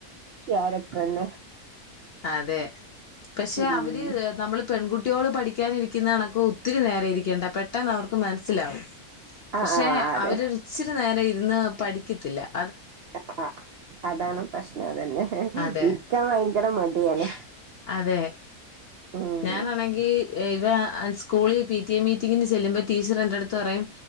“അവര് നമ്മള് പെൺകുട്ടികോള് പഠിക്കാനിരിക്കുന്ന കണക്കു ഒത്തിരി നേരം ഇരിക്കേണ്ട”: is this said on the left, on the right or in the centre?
Left